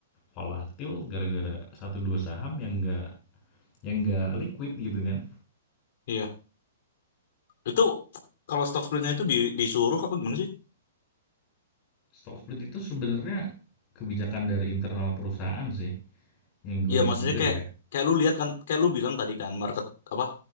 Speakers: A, on the left; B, on the left.
A: volatil gara-gara satu dua saham yang enggak yang enggak liquid gitu kan.
B: iya. Itu kalau stock splitnya itu di, disuruh apa gimana sih?
A: Stock split itu sebenarnya kebijakan dari internal perusahaan sih yang gue
B: Iya,
A: lihat
B: maksudnya
A: juga
B: kayak
A: ya.
B: kayak lu lihat kan, kayak lu bilang tadi kan, market apa?